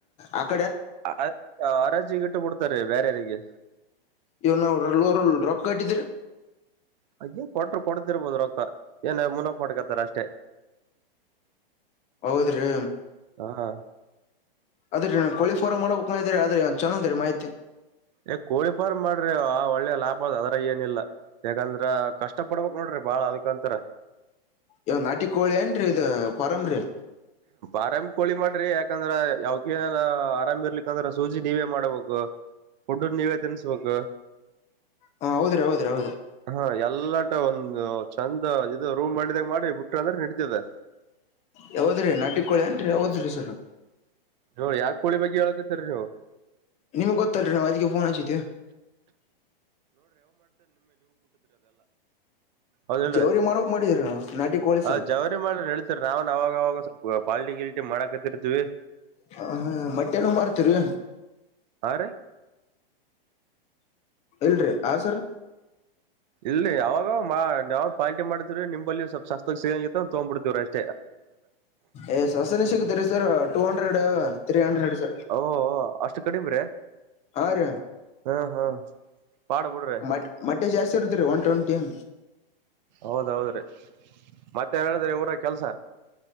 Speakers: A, on the left (about 20°); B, on the right (about 50°).
A: ಅ <inaudible>
B: ಆ ಆರಿ ಗ <inaudible> ಕೊಡ್ತಾರೆ ಬೇರಿಗೆ
A: ಇವನ್ರಲ್ ರೊಕ್ಕ ಕಟ್ಟಿದ್ರ.
B: ಅ ಕೊಟ್ರರು ಕೊಡ್ತಿರ್ಬೋದು ರೊಕ್ಕ ಏನ ಮುನ್ನಕ್ ಮಾಡಡ್ಕತಾರ ಅಷ್ಟೇ
A: ಹೌದ್ರಿ
B: ಹ
A: ಅದ್ರರಿ ಕೋಳಿ ಫಾರಂ ಮಾಡ್ಬೇಕು ಇದಿ ಅ ಆದ್ರೆ ಒಂದ್ ಚೆಂದ ರೀ ಮಾಹಿತಿ
B: ಏ ಕೋಳಿ ಫಾರ್ಮ ಮಾಡ್ರಿ ಆ ಒಳ್ಳೆ ಲಾಭ ಅದ ಅದ್ರ ಏನಿಲ್ಲ ಯಾಕಂದ್ರ ಕಷ್ಟ ಪಡ್ಬೇಕಕ್ ನೋಡ್ರಿ ಬಾಳ್ ಅದಕಂತರ
A: ಇವ ನಾಟಿ ಕೋಳಿ ಏನ್ರಿ ಇದ್ ಪರಂಬ್ರಿ
B: ಆರಾಮ ಕೋಳಿ ಮಾಡ್ರಿ ಯಾಕಂದ್ರ ಯಾವಕನ ಆರಾಮ ಇರ್ಲಿಕ್ಕಂದ್ರ ಸೂಜಿ ನೀವೇ ಮಾಡಬೇಕು ಡ್ಡು ನೀವೇ ತಿನ್ಸ್ಬೇಕ
A: ಹ ಹೌದ್ರಿ ಹೌದ್ರಿ ಹೌದ್ರಿ
B: ಹಾ ಯ ಎಲ್ಲಾಟ ಒಂದು ಚಂದ ಇದು ರೂಮ್ ಮಾಡಿದಾಗ ಮಾಡಿ ಬಿಟ್ರ ಅಂದ್ರೆ ನಡತದೆ
A: ಯಾವದ್ರಿ ನಾಟಿ ಕೋಳಿ ನ್ರಿ ಯಾವದ್ರಿ ಸರ್.
B: ನೋಡಿ ಯಾಕ ಕೋಳಿ ಬಗ್ಗೆ ಹೇಳಳ್ಕತರಿ ನೀವು.
A: ನಿಮ್ಗ್ ಗೊತ್ತಲ್ರರಿ ನಾ್ ಅದಿಗೆ ಫೋನ್ ಹಚತಿು
B: ಹೌದ ಹೇಳಿ
A: ಜವರಿ ಮಾರಕ್ ಮಾಡಿದ್ರಿ ನಾವು ನಾಟಿ ಕೋಳಿ ಸರ್
B: ಹ ಜವರಿ ಮಾಡ ಹೇಳ್ತಿರಿ ನಾವಾಗಾಗ ಪಾಲಿಟಿಕಲಿಟಿ ಮಡಕ ತಿರುಚವಿ
A: ಹ ಮಟ್ಟೆನ ಮಾಡ್ತೀರಿ
B: ಹ <inaudible>
A: ಇಲ್ರಿ ಹ ಸರ್
B: ಇಲ್ಲಿ ಯಾವಾಗ ಯಾವ್ ಪಾಲ್ಟಿ ಮಾಡ್ತವ್ರೀ ನಿಂಬಲ್ಲಿ ಸ್ವಪ ಸಸ್ತಕ್ ಸಿಗಂಗ ತಗ್ಬ ಬಿಡ್ತೀವ ಅಷ್ಟ್.
A: ಏ ಸವಸನೆ ಸಿಗತಾರೆ sir. Two hundred three hundred sir.
B: ಓ ಅಷ್ಟು ಕಡಿಮ ರೆ
A: ಹಾ ರ
B: ಹಾ ಹಾ ಪಾಡ ಬಿಡ್ರಿ
A: ಮ ಮಟ್ಟೆ ಜಾಸ್ತಿ ಇರ್ತರಿ ಒನ್ ಟ್ವೆಂಟಿ. ಹ.
B: ಹೌದೌದ್ರೀ ಮತ್ತೆನ್ ಹೇಳಿದ್ರಿ ಊರ ಕೆಲ್ಸ